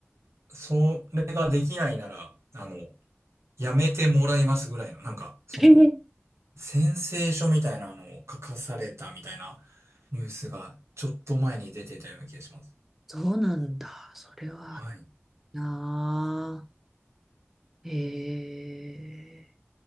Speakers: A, on the right; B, in the centre.
A: う、それができないなら、あの、やめてもらいますぐらいの、なんか、その、
B: えー
A: 宣誓書みたいなのを書かされたみたいなニュースが、ちょっと前に出てたような気がします。
B: そうなんだ。それは
A: はい。
B: なあ。へえー、